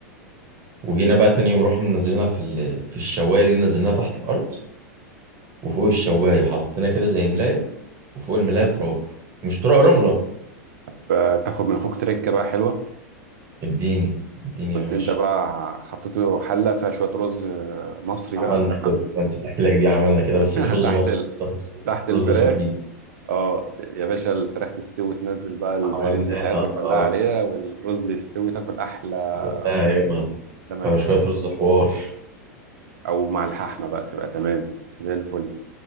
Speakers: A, on the right; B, on the right.
A: وجينا بقى تاني يوم رحنا نزلناها في ال... في الشوايه دي نزلناها تحت الارض وفوق الشوايه حطينا كده زي ملايه وفوق الملايه تراب مش تراب رمله
B: فتاخد من اخوك تركه بقى حلوه
A: اديني اديني
B: كنت
A: يا باشا
B: انت بقى حطيته حله فيها شويه رز آه، مصري
A: عملنا
B: بقى تمام
A: كده ما نسيت احكي لك دي عملنا كده
B: <laughs>
A: بس مش رز
B: تحت
A: مصر
B: ال... تحت الفراخ
A: رز خليجي
B: اه ت- يا باشا الفراخ تستوي تنزل بقى البهاريز
A: عملناها
B: بتاعتك
A: اه
B: كلها
A: آه،
B: عليها والرز يستوي تاكل احلى
A: عملناها يومها
B: لمندي
A: كانوا شويه رز حوار
B: او مع اللحمه بقى تبقى تمام زي الفل